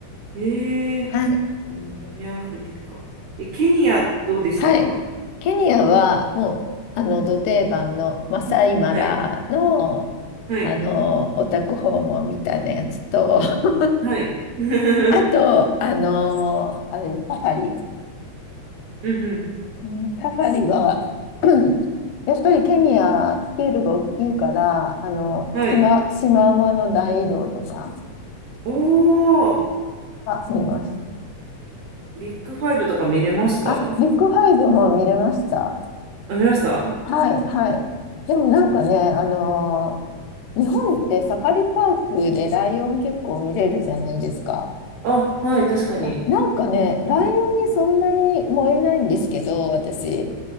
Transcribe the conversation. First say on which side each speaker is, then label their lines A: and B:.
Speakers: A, on the right; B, on the left.
A: うんえー、
B: はい。
A: 南アフリカ。え、ケニアどうでしたか
B: はい。ケニアはもう、あの、ど定番のマサイマラの、
A: はい、はい、
B: あの、オタク訪問みたいなやつと、<laughs>
A: はい。<laughs>
B: あと、あの、あれ、サファリ。
A: うんうん、
B: うんサファリは、<clears throat> やっぱりケニア、スケールが大きいから、あの、
A: はい。
B: 島、シマウマの大移動とか
A: おー、
B: は見ました。
A: ビッグファイブとか見れました
B: あ、ビッグファイブも見れました。
A: あ、見ました
B: はい、はい。でもなんかね、あのー日本ってサファリパークでライオン結構見れるじゃないですか。
A: あ、はい、確かに。
B: な、なんかね、ライオンにそんなに燃えないんですけど、私。